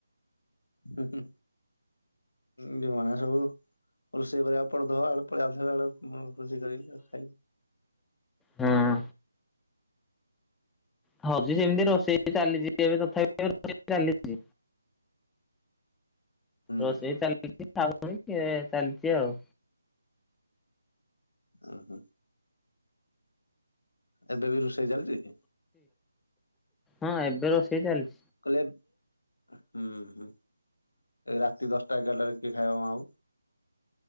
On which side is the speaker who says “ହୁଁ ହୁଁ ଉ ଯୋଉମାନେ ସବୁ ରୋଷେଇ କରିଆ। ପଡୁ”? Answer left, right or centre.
Left